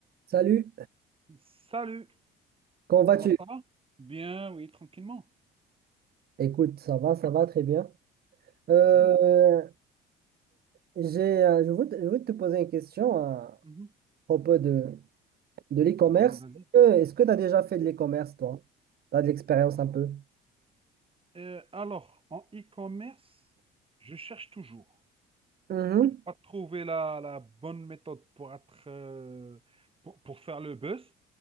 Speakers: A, on the right (about 50°); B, on the right (about 25°).
A: Salut,
B: Salut.
A: comment vas-tu?
B: Alors ça va? Bien, oui, tranquillement.
A: Écoute, ça va, ça va très bien. Euh,
B: Mhm,
A: j'ai, euh, je voulais, te je voulais te poser une question à
B: mhm.
A: propos de, de l'e-commerce.
B: Oui, vas-y.
A: Est-ce que tu as déjà fait de l'e-commerce, toi? Tu as de l'expérience un peu?
B: Euh, alors, en e-commerce, je cherche toujours.
A: Mhm,
B: Je n'ai pas trouvé la, la bonne méthode pour être, euh, pour, pour faire le buzz